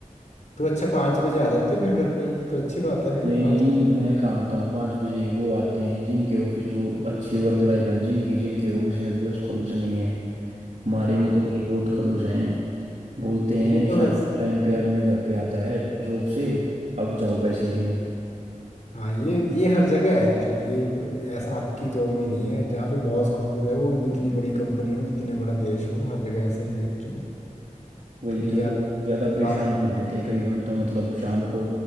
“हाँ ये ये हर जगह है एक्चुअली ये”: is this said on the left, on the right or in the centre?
Left